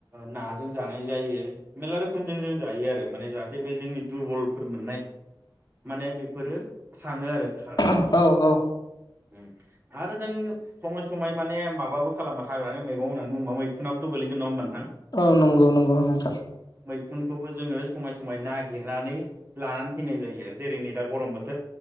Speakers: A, on the right (about 25°); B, on the left (about 50°).
A: नाजों जानाय जायो मेरला रोखोमजों जों जायो आरो माने जाहाथे जोंनि दुरबलफोर मोननाय, माने बेफोरो थाङो आरो। खारो
B: <unintelligible> औ औ।
A: उम आरो जों समा माय माने माबाबो खालामो हाग्रानि मैगं होननानै बुंङोबा मैखुनाबो' गोलैगोन नङा होनबा
B: औ नंगौ नंगौ नोंथां।
A: मैखुनखौबो जोङो समाय समाय नागिरनानै लानानै फैनाय जायो आरो जेरै नै दा गरम बोथोर